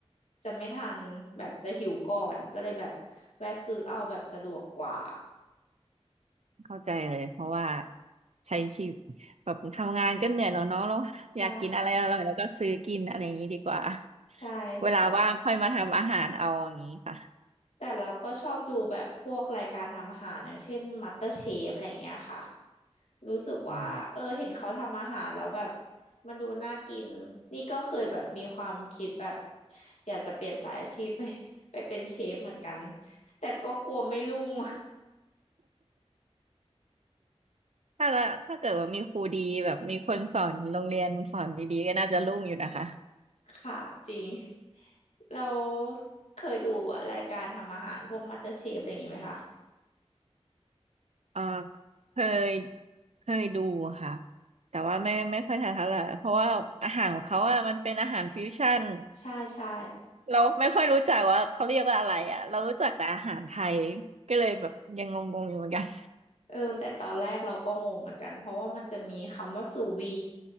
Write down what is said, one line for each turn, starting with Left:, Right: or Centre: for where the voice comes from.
Left: จะไม่ทันแบบจะหิวก่อนก็เลยแบบแวะซื้อเอาแบบสะดวกกว่า
Right: เข้าใจเลยเพราะว่าใช้ชีวิตแบบทำงานก็เหนื่อยแล้วเนาะเราอยากกินอะไรอร่อยแล้วก็ซื้อกินอะไรอย่างนี้ดีกว่า
Left: ใช่ใช่
Right: เวลาว่างค่อยมาทำอาหารเอาอย่างนี้ค่ะ
Left: แต่อืมแต่เราก็ชอบดูแบบพวกรายการทำอาหารอย่างเช่น MasterChef อะไรอย่างเงี้ยค่ะ รู้สึกว่าเออเห็นเขาทำอาหารแล้วแบบ
Right: อืม
Left: มันดูน่ากินนี่ก็เคยแบบมีความคิดแบบอยากจะเปลี่ยนสายอาชีพ <laughs> ไปไปเป็นเชฟเหมือนกันแต่ก็กลัวไม่รุ่ง
Right: ถ้าละถ้าเกิดว่ามีครูดีแบบมีคนสอนโรงเรียนสอนดีๆก็น่าจะรุ่งอยู่นะคะ
Left: <laughs> ค่ะจริงเราเคยดูรายการทำอาหารพวกมาสเตอร์เชฟอะไรอย่างนี้ไหมคะ
Right: เออเคยเคยดูค่ะแต่ว่าไม่ไม่ค่อยทันเท่าไหร่เพราะว่าอาหารของเขาอะมันเป็นอาหารฟิวชั่น
Left: ใช่ใช่
Right: เราไม่ค่อยรู้จักว่าเขาเรียกว่าอะไรอ่ะเรารู้จักแต่อาหารไทยก็เลยแบบยังงงๆอยู่เหมือนกัน
Left: เออแต่ตอนแรกเราก็งงเหมือนกันเพราะว่ามันจะมีคำว่าสูวี